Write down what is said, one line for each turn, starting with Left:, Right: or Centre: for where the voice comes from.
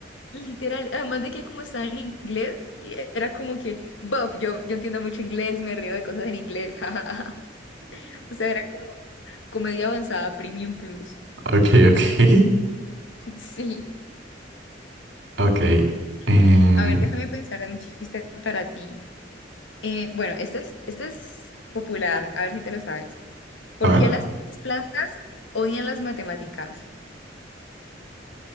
Left: Literal, además de que como estaba en inglés, y era como que, buff, yo, yo entiendo mucho inglés y me río de cosas en inglés, <laughs> jajaja. O sea, era como comedia avanzada Premium Plus.
Right: Ok, ok.
Left: <laughs> Sí.
Right: Ok. Eh,
Left: Mm, a ver, déjame pensar en un chiste para ti. Eh, bueno, este es, este es popular, a ver si te lo sabes. ¿Por
Right: a ver.
Left: qué las plantas odian las matemáticas?